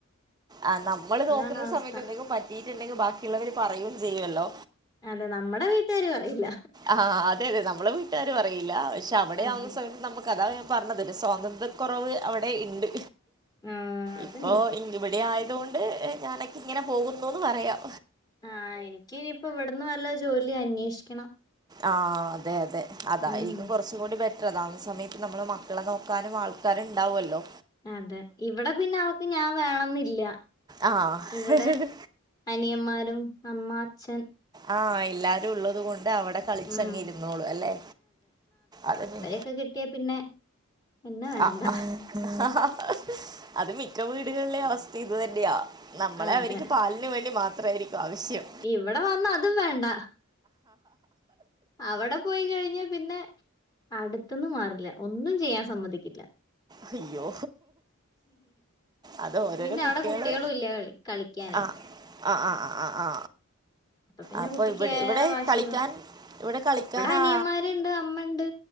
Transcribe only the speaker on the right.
ആഹ് നമ്മള്
നോക്കുന്ന
സമയത്ത് എന്തെങ്കിലു പറ്റിട്ടുണ്ടെങ്കിൽ ബാക്കി ഉള്ളവര് പറയും ചെയ്യുല്ലോ
ആഹ് അതെ അതെ നമ്മള വീട്ടുകാര് പറിയില്ല പശെ അവിടെയാവുന്ന
സമയത്ത് നമ്മുക്കതാ പറഞ്ഞത് സ്വാതന്ത്രകൊറവ് അവിടെ ഇണ്ട്
ഇപ്പോ ഇവിടെയയതുകൊണ്ട് ഞാനൊക്കെ ഇങ്ങനെ പോകുന്നുന്ന് പറയാം
ആഹ് അതെ അതെ അതായിരിക്കും
കെറച്ച് കൂടി ബെറ്റർ അതാവുന്നസമയത്ത് നമ്മള മക്കളെ നോക്കാനും ആൾക്കാരും ഇണ്ടാവുല്ലോ
ആഹ്
ആഹ് എല്ലാരും ഉള്ളത് കൊണ്ട് അവിടെ കളിച്ചങ്ങിയിരുന്നോളു
അല്ലെ അതന്നെ
ആഹ് അത് മിക്ക വീടുകൾലെ അവസ്ഥ ഇത് തന്നെയാ നമ്മളെ
അവരിക്ക് പാലിന് വേണ്ടി മാത്രായിരിക്കും ആവശ്യം
അയ്യോ അത് ഓരോരോ
കുട്ട്യോള്
ആഹ്ആഹ് ആഹ് ആ ആ ആ
അപ്പൊ
ഇവിടെ
ഇവിടെ
കളിക്കാൻ ഇവിടെ കളിക്കൻ
ആ